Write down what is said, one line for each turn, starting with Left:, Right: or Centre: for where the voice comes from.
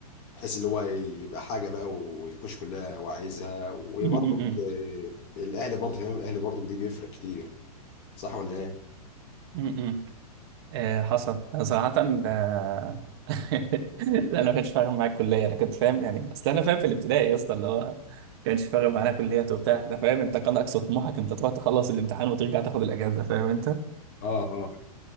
Left: بحيث اللي هو يبقى حاجه بقى ويخش كلها وعايزها وبرضك
Right: م- م-
Left: آه، الاهلي برضه اهتمام الاهلي برضه دي بيفرق كتير صح ولا ايه؟
Right: م. م- م. آه حصل أنا صراحه آه لا انا ما كانش فارق معايا الكليه انا كنت فاهم يعني اصل انا فاهم في الابتدائي يا اسطى اللي هو ما كانش فارق معانا كليات وبتاع ده فاهم انت كان اقصى طموحك انت تروح تخلص الامتحان وترجع تاخد الاجازه فاهم انت
Left: اه اه